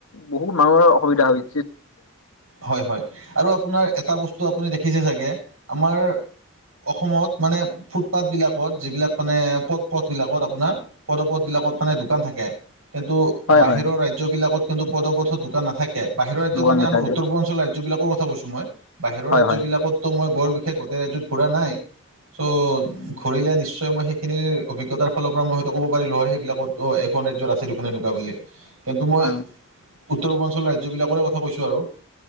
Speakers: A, on the left (about 85°); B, on the right (about 75°).
A: বহুত মানুহৰ অসুবিধা হয়।
B: হয় হয় আৰু আপোনাৰ এটা বস্তু আপুনি দেখিছে চাগে আমাৰ- অসমত মানে ফুটপাথবিলাকত যিবিলাক মানে পথ পথবিলাকত আপোনাৰ- পদপথ বিলাকত মানে দোকান থাকে। কিন্তু-
A: হয়
B: বাহিৰৰ
A: হয়।
B: ৰাজ্যবিলাকত কিন্তু পদপথত দোকান নাথাকে বাহিৰৰ ৰাজ্য-
A: যোগান
B: মানে
A: নুঠাই
B: আমাৰ উত্তৰ
A: যে
B: পূৰ্বাঞ্চলৰ ৰাজ্য বিাকৰ কথা কৈছো মই, বাহিৰ
A: হয়
B: ৰাজ্যবিলাক-
A: হয়
B: কত টো মই বৰ বিশেষ গোটেই ৰাজ্যত ফুৰা নাই। চ' ঘূৰিলে নিশ্চয় মই সেইখিনিৰ অভিজ্ঞতাৰ ফালৰ পৰা মই হয়তো ক'ব পাৰিলোঁ হয় সেইবিলাকত- অ', এখন ৰাজ্যত আছে দেখোন এনেকুৱা বুলি, কিন্তু মই
A: হয়
B: উত্তৰ পূৰ্বাঞ্চলৰ ৰাজ্যবিলাকৰে কথা- কৈছোঁ আৰু,